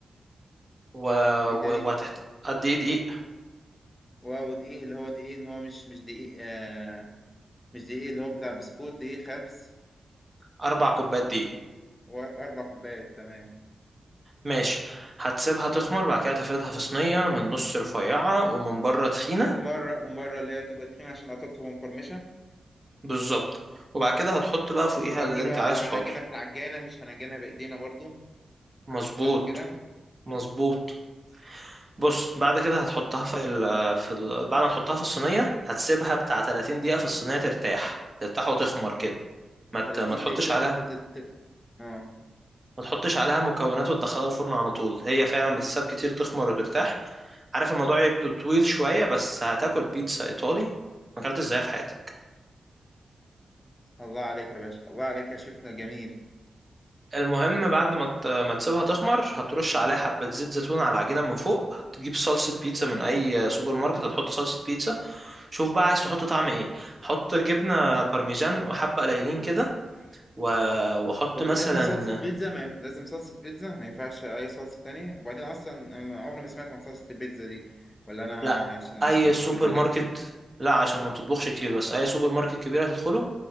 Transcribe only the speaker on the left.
وايه
تاني
و- ودقيق اللي هو دقيق اللي هو مش مش دقيق آه مش دقيق اللي هو بتاع البسكوت دقيق خبز
واربع كوبايات تمام
ومن مره ومن مره اللي هي تبقى تخينه عشان قطعتها تبقى مقرمشه
وهجيبها
وهنعجنها
في العجانه مش هنعجنها بايدينا برضو
صح كده
30
دقيقه
بتت- اه
الله عليك يا باشا الله عليك يا شيفنا جميل
لازم صلصة بيتزا ما ي... لازم صلصة بيتزا ما ينفعش أي صلصة تانية وبعدين أصلا أنا عمري ما سمعت عن صلصة البيتزا دي ولا أنا
يعني عشان
مش في المجال